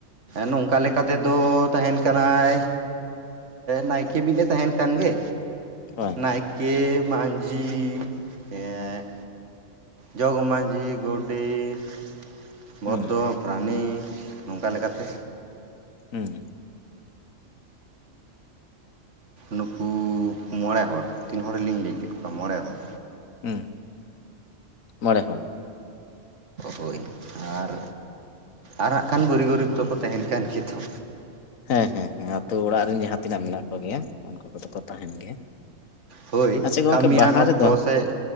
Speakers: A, on the right; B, on the left.
A: ᱱᱚᱝᱠᱟ ᱞᱮᱠᱟ ᱛᱮᱫᱚ ᱛᱟᱦᱮᱱ ᱠᱟᱱᱟᱭ ᱱᱟᱭᱠᱮ ᱢᱤᱫ-ᱮ ᱛᱟᱦᱮᱱ ᱠᱟᱱ ᱜᱮ᱾
B: ᱦᱳᱭ᱾
A: ᱱᱟᱭᱠᱮ ᱢᱟᱹᱡᱷᱤ ᱮᱸ ᱡᱚᱜᱽ ᱢᱟᱺᱡᱷᱤ, ᱜᱚᱰᱮᱛ, ᱵᱷᱚᱫᱫᱚ
B: ᱦᱩᱸ
A: ᱯᱟᱨᱟᱱᱤᱠ ᱱᱚᱝᱠᱟ ᱞᱮᱠᱟᱛᱮ
B: ᱦᱮᱸ
A: ᱱᱩᱠᱩ ᱢᱚᱬᱮ ᱦᱚᱲ, ᱛᱤᱱ ᱦᱚᱲᱞᱤᱧ ᱞᱟᱹᱭ ᱠᱮᱫ ᱠᱚᱣᱟ ᱢᱚᱬᱮ ᱦᱚᱲ᱾
B: ᱦᱩᱸ ᱢᱚᱬᱮ ᱦᱚᱲ᱾
A: ᱦᱳᱭ ᱟᱨ, ᱟᱨ ᱦᱟᱸᱜ ᱠᱷᱟᱱ ᱜᱩᱨᱤᱼ ᱜᱩᱨᱤᱵ ᱫᱚ ᱠᱚ ᱛᱟᱦᱮᱱ ᱠᱟᱱ ᱜᱮᱭᱟ ᱛᱚ᱾
B: ᱦᱮᱸ ᱦᱮᱸ ᱦᱮᱸ ᱟᱹᱛᱩ ᱚᱲᱟᱜ ᱨᱮᱱ ᱡᱟᱦᱟᱸ ᱛᱤᱱᱟᱹᱜ ᱢᱮᱱᱟᱜ ᱠᱚᱜᱮᱭᱟ ᱩᱱᱠᱩ ᱠᱚᱫᱚ ᱛᱟᱦᱮᱱ ᱜᱮᱭᱟ᱾
A: ᱦᱳᱭ
B: ᱟᱪᱪᱷᱟ ᱜᱚᱝᱠᱮ
A: ᱠᱟᱹᱢᱤᱭᱟᱱ
B: ᱵᱟᱦᱟ
A: ᱚᱠᱛᱚ
B: ᱨᱮᱫᱚ
A: ᱥᱮ,